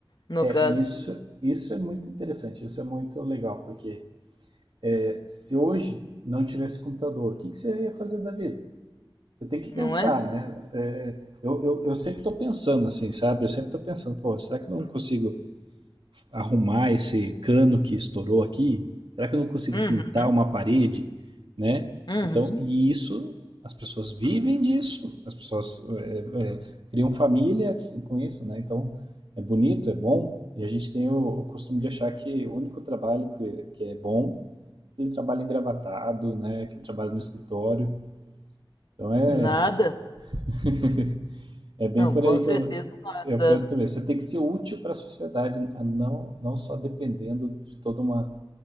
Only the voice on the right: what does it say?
É,
isso, isso é muito interessante, isso é muito legal, porque É, se hoje não tivesse computador, o que, que você ia fazer da vida? Você tem que
pensar,
né? É, eu, eu, eu sempre estou pensando assim, sabe? Eu sempre estou pensando, pô, será que eu não consigo arrumar esse cano que estourou aqui? Será que eu não consigo
pintar uma parede, né?
Então, e isso, as pessoas vivem disso, as pessoas é, é, criam família com isso, né? Então, é bonito, é bom, e a gente tem o, o costume de achar que o único trabalho que, que é bom ele trabalha engravatado, né? Que ele trabalha no escritório. Então é,
<laughs> é bem
por
aí
que eu,
eu penso também. Você tem que ser útil para a sociedade, não, não só dependendo de todo uma,